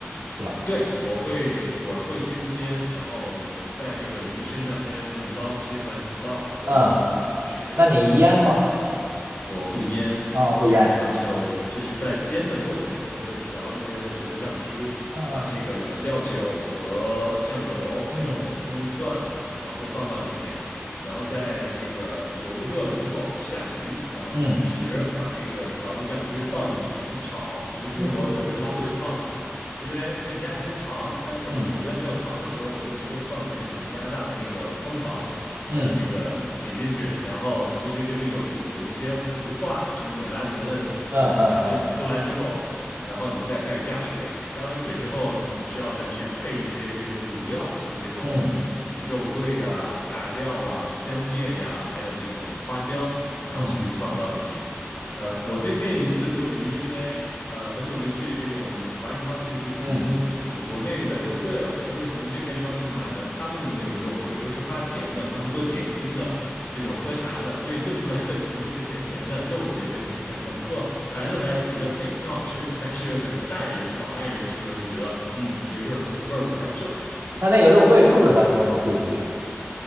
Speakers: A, on the right; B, on the left.
A: 是吧？
B: 对，我会我会先煎，然后在这个鱼身上先用刀切出来几道，为了让它保持这种。
A: 嗯，那你腌吗？
B: 我不腌，
A: 啊、
B: 我基本上就就是在煎的过程中，
A: 不腌。
B: 我会调一些所谓的酱汁，
A: 嗯
B: 把这个料酒和酱油还有葱蒜，
A: 嗯
B: 然后会放到里面，然后在这个油热了之后下鱼，然后同时把这个调的酱汁倒进去去炒，
A: 嗯
B: 同时我有的时候会放。
A: 嗯嗯
B: 因为可以加一些糖，但是可能手边没有糖的时候，
A: 嗯
B: 我就直接放这种加拿大的那个枫糖，就是那个挤进去，
A: 嗯
B: 然后其实就是有一有一些糊化这种美拉德的呃反应嗯出来之后，
A: 嗯
B: 然后你再开始加水，加完水之后，你需要再去配一些这种卤料，像这种
A: 嗯嗯
B: 肉桂呀、大料啊、香叶呀，还有这种花椒，然后去放到嗯里面。
A: 嗯
B: 呃，我最近一次做鱼，因为呃很久没去这种华人超市去补充这种国内的肉桂了，
A: 嗯，
B: 我都是从这边超市买的他们的那种肉桂，都是发甜的，他们做点心的，这种喝茶的，所以炖出来的鱼都是甜甜的，肉也是甜甜的。不过孩子还觉得哎挺好吃，但是可能大人像我爱人吃了就觉得嗯你这味儿味儿不太正。
A: 它那个肉桂是不是咱说的那桂皮呀？